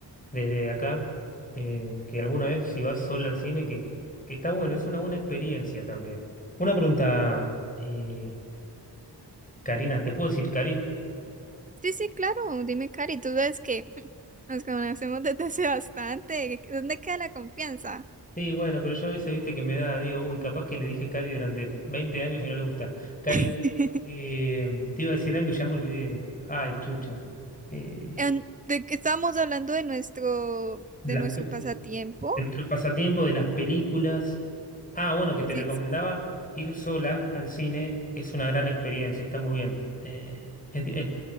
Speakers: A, on the left; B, on the right.
A: desde acá eh, que alguna vez si vas sola al cine, que, que está bueno, es una buena experiencia también. Una pregunta, eh, Karina, ¿te puedo decir Cari?
B: Sí, sí, claro, dime, Cari, tú sabes que <laughs> nos conocemos desde hace bastante, ¿dónde queda la confianza?
A: Sí, bueno, pero yo a veces, viste, que me da, digo, uy, capaz que le dije Cari durante 20 años y no le gusta. Cari,
B: <laughs>
A: eh, te iba a decir algo y ya me olvidé. Ay, chucha. Eh,
B: En- de que estábamos hablando de nuestro,
A: las
B: de nuestro
A: pe-
B: pasatiempo.
A: de nuestros pasatiempos, de las películas. Ah, bueno, que te
B: Sí,
A: recomendaba
B: sí.
A: ir sola al cine es una gran experiencia, está muy bien. Eh, es- es-